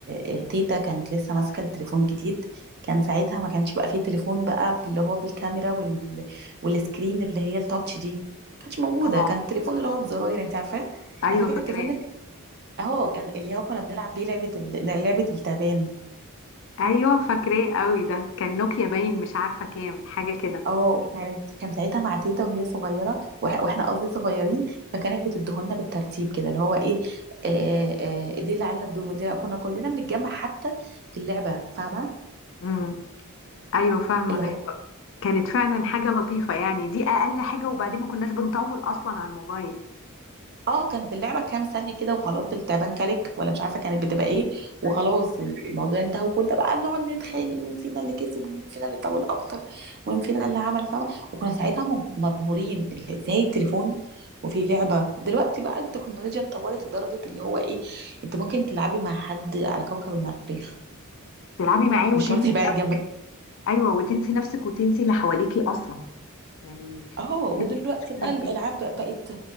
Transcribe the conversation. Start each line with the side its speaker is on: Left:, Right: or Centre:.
Right: آه، تيتا كانت لسه ماسكه التليفون جديد كان ساعتها ما كانش بقى فيه تليفون بقى اللي هو بالكاميرا وال والسكرين اللي هي التاتش دي ما كانتش موجوده
Left: اه
Right: كان التليفون اللي هو بزراير انت عارفاه
Left: ايوه
Right: على فكره
Left: فاكراه
Right: التليفون ده كان- اهو كان- اللي هو كنا بنلعب بيه لعبه ال- لعبه التعبان
Left: ايوه فاكراه قوي ده كان نوكيا باين مش عارفه كام حاجه كده
Right: اه كانت كان ساعتها مع تيتا وهي صغيره وإح- واحنا قصدي صغيرين فكانت بتدهولنا بالترتيب كده اللي هو ايه آه آه دي اللي عليها الدور ودي اللي- كنا كلنا بنتجمع حتى في اللعبه فاهمه
Left: امم ايوه فاهمه
Right: اللي هو
Left: كانت فعلا حاجة لطيفة يعني دي أقل حاجة وبعدين ما كناش بنطول أصلا على الموبايل
Right: اه كانت اللعبة كام ثانية كده وخلاص التعبان كلك ولا مش عارفة كانت بتبقى ايه وخلاص
Left: ايوه
Right: ال- الموضوع انتهى وكنا بقى نقعد نتخانق مين فينا اللي كسب ومين فينا اللي طول اكتر ومين فينا اللي عمل فاهمة وكنا ساعتها م- مبهورين ال- ازاي التليفون وفي لعبة دلوقتي بقى التكنولوجيا اتطورت لدرجة اللي هو ايه انت ممكن تلعبي مع حد على كوكب المريخ
Left: تلعبي معاه وتنسي
Right: مش شرط يبقى قاعد
Left: نفسك
Right: جنبك
Left: أيوة وتنسي نفسك وتنسي اللي حواليكي أصلا يعني
Right: اه ودلوقتي
Left: دي كانت مشكلة
Right: بقى
Left: كبيرة
Right: الالعاب بق- بقت